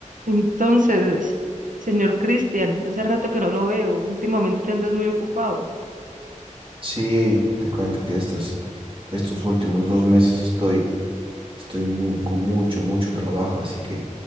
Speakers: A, on the right (about 80°); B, on the right (about 40°).
A: Entonces, señor Cristian, hace rato que no lo veo, últimamente andas muy ocupado.
B: Sí, te cuento que estos, estos últimos dos meses estoy, estoy mu- con mucho, mucho trabajo, así que